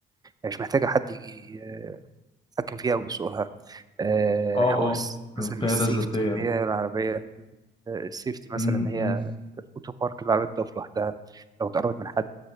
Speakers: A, on the right; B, on the left.
A: مش محتاجة حد يجي آه، يتحكم فيها ويسوقها آه،
B: اه
A: حوار
B: اه
A: الس- مثلا
B: القياده
A: السيفتي
B: الذاتيه
A: إن هي العربية آه، السيفتي مثلا
B: امم
A: إن هي
B: إمم،
A: أوتو بارك العربية بتقف لوحدها لو اتقربت من حد